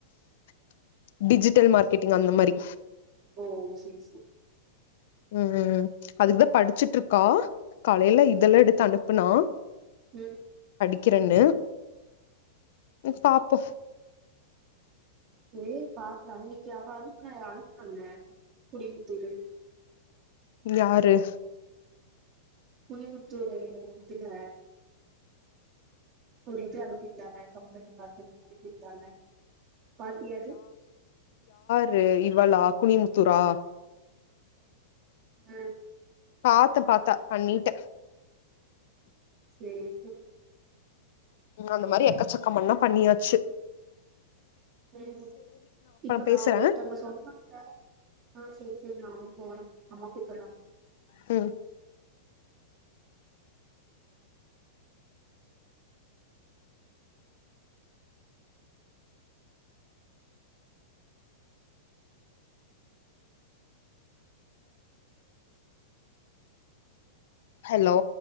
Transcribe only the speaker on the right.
ஓ சே சே
உ
வே பாக்லானு இன்னக்கி அவ அனுப்பன அனுப்புனோல குடிபுத்தூரு
குலிவுத்து த்துல குடிக்க அனுபித்தரே கம்பெனி பாத்து அடிகிர்தாக பாத்தியாது
உ
சேரி சே
உ இப்ப நா
ஒருத்தங்க சொன்னாக ஆ சேரி சேரி நா போற அம்மா கூப்புட்றா